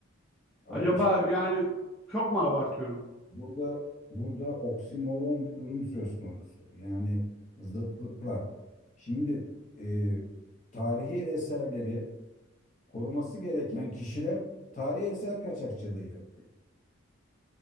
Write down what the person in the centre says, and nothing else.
Acaba
yani çok mu abartıyorum?